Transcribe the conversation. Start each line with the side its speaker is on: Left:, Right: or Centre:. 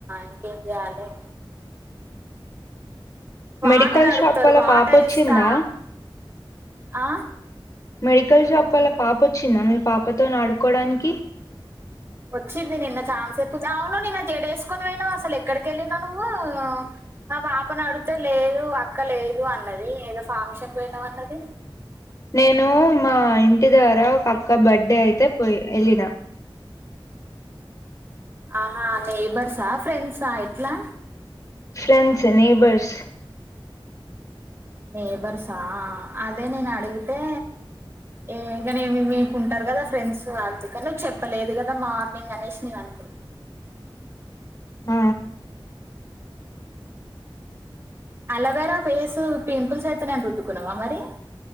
Right: ఇంకేం చెయాలి వాటర్
Left: మెడికల్
Right: అడుగుతారు
Left: షాప్ వాళ్ళ
Right: వాటర్
Left: పాప వచ్చిందా
Right: ఇస్తా ఆ
Left: మెడికల్ షాప్ వల్ల పాప వచ్చిందా మీ పాపతో నీ ఆడుకోవడానికి
Right: వచ్చింది నిన్న చఛాన్సేపు అవును నిన్న జడేసుకొని పోయినావు అస ఎక్కడికి ఎల్లినవు నువ్వు మా పాపను అడితే లేదు అక్క లేదు అన్నది ఏదో ఫంక్షన్ పోయేనవ్ అన్నది
Left: నేను మా ఇంటి ద్వారా ఒక అక్క బర్త్డే అయితే పోయి వెళ్ళిన
Right: ఆహా నేబర్సా ఫ్రెండ్సా ఎట్లా
Left: ఫ్రెండ్స్ నేబర్స్
Right: నేబర్సా అదే నేను అడిగితే ఏ కనీమి మీకున్టారు కదా ఫ్రెండ్స్ అందుకని చెప్పలేదు కదా మార్నింగ్ అనేసే నేను అనుకుం
Left: ఆ
Right: అలవేరా ఫేస్ పింపుల్స్ అయితునయని రుద్డుకున్నావా మరి